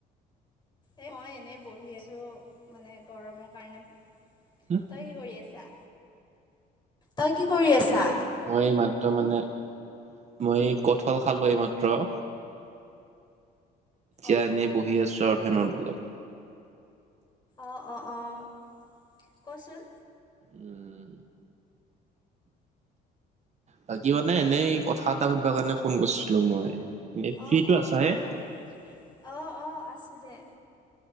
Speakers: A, on the left; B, on the right.
A: এ, মই এনেই বহি আছোঁ মানে গৰমৰ কাৰণে।
B: হুম
A: তই কি কৰি আছা? তই কি কৰি আছা?
B: মই এইমাত্ৰ মানে, মই কঁঠাল খালোঁ এইমাত্ৰ। এতিয়া
A: অঁ
B: এনেই
A: অঁ
B: বহি আছোঁ আৰু ফেনৰ তলত।
A: অ', অ', অ', কচোন।
B: উম। বাকী মানে এনেই কথা এটা সুধবা কাৰণে ফোন কৰিছিলো মই। এনে ফ্ৰীটো
A: অ', অ',
B: আছা হে
A: কওঁ। অ', অ', আছোঁ দে।